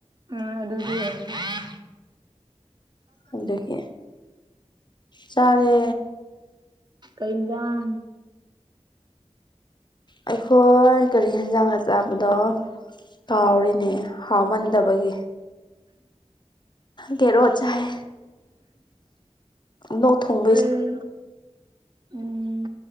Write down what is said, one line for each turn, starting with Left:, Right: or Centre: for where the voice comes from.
Right: ꯑ ꯑꯗꯨ <unintelligible>
Left: ꯑꯗꯒꯤ ꯆꯥꯔꯦ꯫
Right: ꯀꯩ ꯍꯤꯟꯁꯥꯡ꯫
Left: ꯑꯩꯈꯣꯏ ꯀꯔꯤ ꯌꯦꯟꯖꯥꯡꯔ ꯆꯥꯕꯗꯣ꯫ ꯀꯥꯎꯔꯦꯅꯦ ꯍꯥꯎꯃꯟꯗꯕꯒꯤ꯫ ꯒꯦꯔꯣꯠ ꯆꯥꯌꯦ꯫ ꯂꫭꯛ ꯊꯨꯡ
Right: ꯀꯩ ꯎꯝ